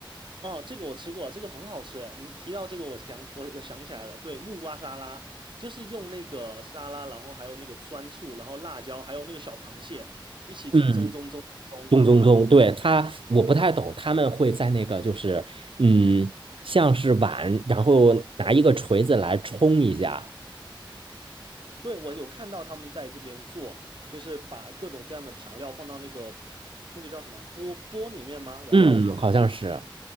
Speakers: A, on the right (about 65°); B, on the right (about 85°).
A: 哦，这个我吃过，这个很好吃。你提到这个，我想我我想起来了，对，木瓜沙拉就是用那个沙拉，然后还有那个酸醋，然后辣椒，还有那个小螃蟹一起去蒸蒸蒸蒸蒸对吧？
B: 嗯咚咚咚，对，他，我不太懂，他们会在那个就是，嗯，像是碗，然后拿一个锤子来冲一下，
A: 对，我有看到他们在这边做，就是把各种各样的调料放到那个那个叫什么钵钵里面吗？然后
B: 嗯，好像是，